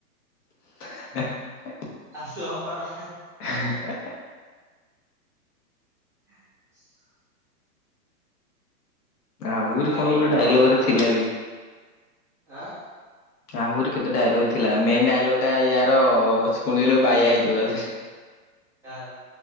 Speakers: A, on the left; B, in the centre.
A: <inaudible>
B: ଆବେ ତୋ ଅପା ପା ହେଁ।
A: ହେ ହେ
B: ହ <inaudible>
A: ଆହୁରି
B: ବାଗେଇକି
A: କଣ ଗୋଟେ
B: ଧ
A: ଡାଇଲଗ ରେ
B: ତାଙ୍କ
A: ଥିଲା ବି?
B: ଆଁ
A: ଆହୁରି କେତେ ଡାଇଲଗ ଥିଲା ମେନ୍ ଡାଇଲଗଟା ୟାର ଶୁଣିଲୁ ବାୟା ହେଇଯିବୁ ଏକାଥେରେ।
B: କାର